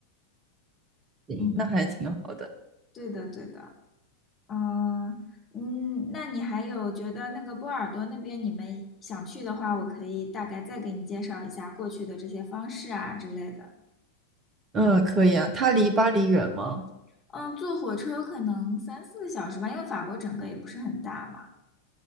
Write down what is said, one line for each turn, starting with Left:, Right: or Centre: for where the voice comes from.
Right: 行，
Left: 嗯，
Right: 那还挺好。
Left: 对的，对的，嗯嗯，那你还有觉得那个波尔多那边你们想去的话，我可以大概再给你介绍一下过去的这些方式啊之类的。
Right: 嗯，可以啊。它离巴黎远吗？
Left: 嗯，坐火车可能三四个小时吧，因为法国整个也不是很大嘛。